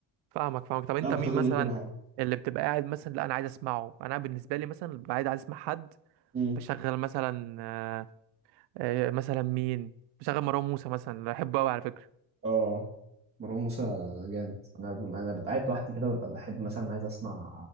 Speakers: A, on the right; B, on the right.
A: فاهمك فاهمك طب انت
B: تعرف
A: مين
B: تاخد
A: مثلا
B: منه كل حاجه
A: اللي بتبقى قاعد مثلا لا انا عايز اسمعه انا بالنسبه لي مثلا ببقى قاعد عايز اسمع حد
B: امم
A: بشغل مثلا آه، آه، مثلا مين بشغل مروان موسى مثلا بحبه قوي على فكره
B: اه مروان موسى جامد انا انا ببقى قاعد لوحدي كده ببقى بحب مثلا عايز اسمع